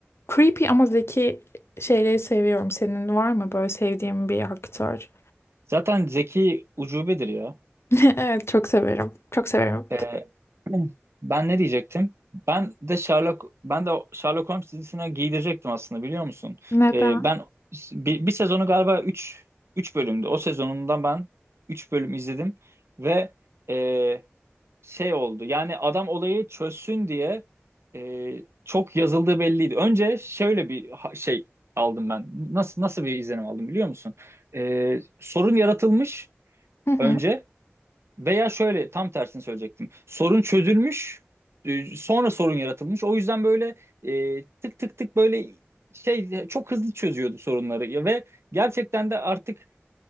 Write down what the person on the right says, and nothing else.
Zaten Zeki ucubedir ya.
Ee, <clears throat> ben ne diyecektim? Ben de Sherlock ben de Sherlock Holmes dizisine giydirecektim aslında biliyor musun?
Ee, ben bir, bir sezonu galiba üç üç bölümdü. O sezonundan ben 3 bölüm izledim ve e, şey oldu. Yani adam olayı çözsün diye e, çok yazıldığı belliydi. Önce şöyle bir ha- şey aldım ben. Nasıl nasıl bir izlenim aldım biliyor musun? Ee, sorun yaratılmış
önce. Veya şöyle tam tersini söyleyecektim. Sorun çözülmüş, e, sonra sorun yaratılmış. O yüzden böyle e, tık tık tık böyle şey çok hızlı çözüyordu sorunları Ya ve gerçekten de artık